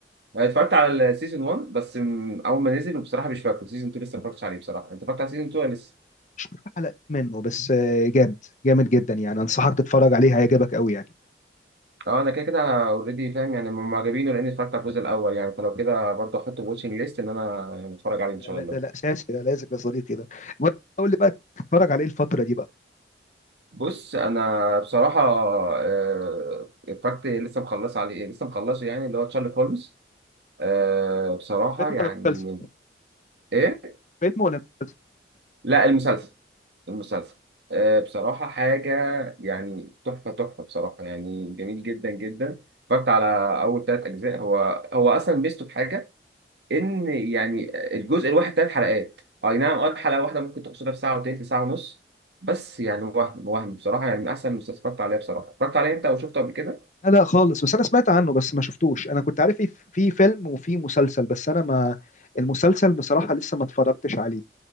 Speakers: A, on the right; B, on the left.
A: أنا اتفرجت على السيزون 1 بس م- اول ما نزل وبصراحه مش فاكره سيزون 2 لسه ما اتفرجتش عليه بصراحه انت اتفرجت على سيزون 2 ولا لسه
B: شفت حلقة منه بس آه، جامد جامد جدا يعني انصحك تتفرج عليه هيعجبك قوي يعني
A: اه انا كده كده اوريدي فاهم يعني معجبينه لاني اتفرجت على الجزء الاول يعني فلو كده برضه احطه في واتشنج ليست ان انا اتفرج عليه ان
B: لا
A: شاء
B: لا
A: الله
B: ده لا اساسي ده لازم يا صديقي ده المهم قول لي بقى تتفرج على ايه الفتره دي بقى
A: بص انا بصراحه آه، اتفرجت لسه مخلص عليه لسه مخلصه يعني اللي هو تشارلي هولمز آه، بصراحه
B: الفيلم
A: يعني
B: ولا المسلسل
A: ايه
B: فيلم ولا مسلسل
A: لا المسلسل المسلسل آه، بصراحه حاجه يعني تحفه تحفه بصراحه يعني جميل جدا جدا اتفرجت على اول ثلاث اجزاء هو هو اصلا ميزته في حاجه ان يعني الجزء الواحد ثلاث حلقات اي نعم اه الحلقه واحده ممكن تقصدها في ساعه وتلت ساعه ونص بس يعني وهم وهم بصراحه يعني من احسن المسلسلات اتفرجت عليها بصراحه اتفرجت عليه انت او شفته قبل كده
B: لا لا خالص بس انا سمعت عنه بس ما شفتوش انا كنت عارف في في فيلم وفي مسلسل بس انا ما المسلسل بصراحه لسه ما اتفرجتش عليه